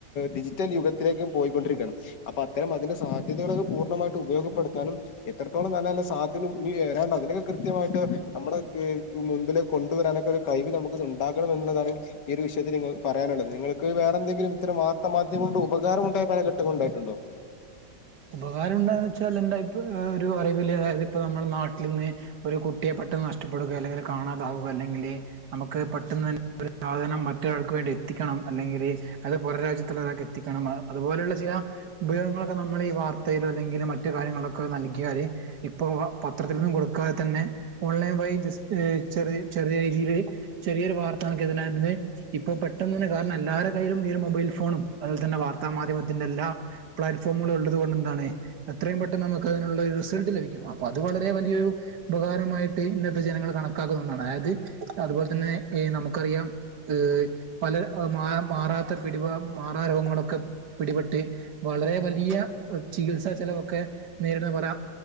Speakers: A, on the left; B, on the right.
A: ഡിജിറ്റൽ യുഗ ത്തിലേക്ക് പോയിക്കൊണ്ടിരിക്കാണ്. അപ്പൊ അത്തരം അതിന്റെ സാധ്യതകളൊക്കെ പൂർണ്ണമായിട്ട് ഉപയോഗപ്പെടുത്താനും. എത്രത്തോളം നല്ല നല്ല സാധ്യത ഇനി വരാണ്ട് അതിനൊക്കെ കൃത്യമായിട്ട് നമ്മുടെ ക് ക് മുമ്പിലത് കൊണ്ടുവരാനൊക്കൊര് കഴിവ് നമുക്കത് ഉണ്ടാകണം എന്നുള്ളതാണ്. ഈ ഒരു വിഷയത്തില് നിങ്ങൾ പറയാനുള്ളത്. നിങ്ങൾക്ക് വേറെന്തങ്കിലും ഇത്തരം വാർത്താമാധ്യമം കൊണ്ട് ഉപകാരമുണ്ടായ പല ഘട്ടങ്ങളുണ്ടാ യിട്ടുണ്ടോ?
B: ഉപകാരം ഉണ്ടോന്ന് വെച്ചാൽ എന്റെ അഭി ഒരു അറിവില് അതായത് ഇപ്പ നമ്മുടെ നാട്ടില് ന്ന്. ഒരു കുട്ടിയെ പെട്ടെന്ന് നഷ്ടപ്പെടുക അല്ലെങ്കിൽ കാണാതാവുക അല്ലെങ്കില്. നമുക്ക് പെട്ടെന്ന് തന്നെ ഒര് സാധനം മറ്റൊരാൾക്ക് വേണ്ടി എത്തിക്കണം. അല്ലെങ്കില്, അത് പുറം രാജ്യത്തുള്ള ഒരാക്കെത്തിക്കണം അതുപോലെയുള്ള ചില ഉപയോഗങ്ങളൊക്കെ ന നമ്മളീ വാർത്തയിലോ അല്ലെങ്കില് മറ്റ് കാര്യങ്ങളിലൊക്കെ നൽകിയാല്. ഇപ്പൊ പത്രത്തിലൊന്നും കൊടുക്കാതെ തന്നെ ഓൺലൈൻ വഴി ജസ് ഏഹ് ചെറി ചെറിയ രീതിയില് ചെറിയൊരു വാർത്ത നൽകിയതിന് അതിന്. ഇപ്പൊ പെട്ടെന്ന് തന്നെ കാരണം, എല്ലാരെ കയ്യിലും ഈയൊരു മൊബൈൽ ഫോണും, അതുപോലെ തന്നെ വാർത്താ മാധ്യമത്തിന്റെ എല്ലാ ഫോമുകളും ഉള്ളത് കൊണ്ട് എന്താണ്, എത്രയും പെട്ടെന്ന് നമുക്ക് അതിനുള്ള ഒരു റിസൾട്ട് ലഭിക്കും. അപ്പൊ അത് വളരെ വലിയൊരു ഉപകാരമായിട്ട് ഇന്നത്തെ ജനങ്ങൾ കണക്കാക്കുന്ന ഒന്നാണ്. അതായത് അതുപോലെ തന്നെ ഏഹ് നമുക്കറിയാം. ഏഹ് പല മാ മാറാത്ത പിടിമാ മാറാ രോഗങ്ങളൊക്കെ പിടിപെട്ട് വളരെ വലിയ ചികിത്സാ ചെലവൊക്കെ. നേരിടുന്ന പല